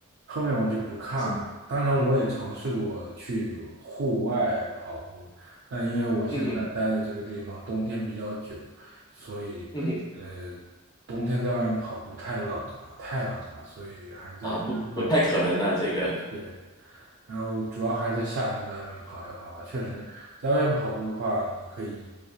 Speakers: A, on the right; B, on the left.
A: 后面我就不看了。
B: 是，
A: 当然，我也尝试过去户外跑步，但因为我现在待的这个地方冬天比较久，
B: 嗯哼，
A: 所以
B: 嗯哼，
A: 呃，冬天在外面跑步太冷了，太冷了，所以还是在健身房比较
B: 啊，不，不太可能的，这个，
A: 对。然后主要还是在夏天在外面跑一跑吧。确实，在外面跑步的话，你可以